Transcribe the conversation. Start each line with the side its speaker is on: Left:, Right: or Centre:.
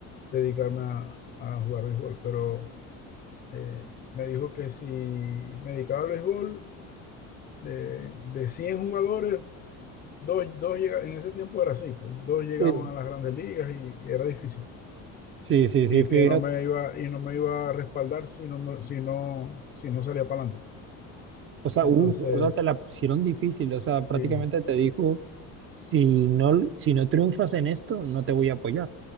Left: dedicarme a, a jugar béisbol, pero eh, me dijo que si me dedicaba al béisbol, de, de 100 jugadores, dos, dos llega- en ese tiempo era así, pues, dos llegaban
Right: sí,
Left: a las grandes ligas y era difícil.
Right: sí, sí, sí,
Left: Y
Right: fíjate,
Left: que no me iba, y no me iba a respaldar si no, me- si no, si no salía para
Right: o sea,
Left: Entonces,
Right: uh, o sea, te la pusieron difícil, o sea, prácticamente
Left: sí,
Right: te dijo, si no, si no triunfas en esto, no te voy a apoyar.